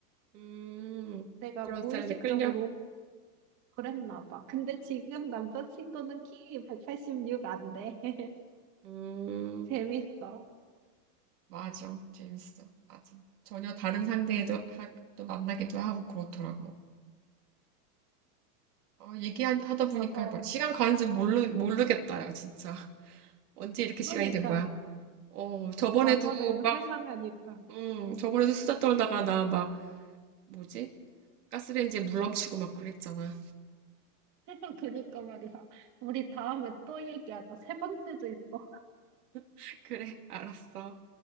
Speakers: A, on the right; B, on the right.
A: 음,
B: 내가
A: 그런
B: 무의식적으로
A: 스타일에 끌려?
B: 그랬나 봐. 근데 지금 남자친구는 키 186 안 돼. <laughs>
A: 음,
B: 재밌어.
A: 맞아. 재밌어. 맞아. 전혀 다른 상대에도 하, 또 만나기도 하고 그렇더라고. 어, 얘기하다 보니까
B: 과거.
A: 뭐 시간 가는 줄 모르, 모르겠다, 야, 진짜. 언제 이렇게
B: 그러니까
A: 시간이 된 거야? 어, 저번에도
B: 과거를
A: 막,
B: 회상하니까.
A: 음,
B: 음.
A: 저번에도 수다 떨다가 나 막, 뭐지? 가스레인지에 물 넘치고 막 그랬잖아.
B: <laughs> 그니까 말이야. 우리 다음에 또 얘기하자. 세 번째도 있어.
A: <laughs> 그래, 알았어.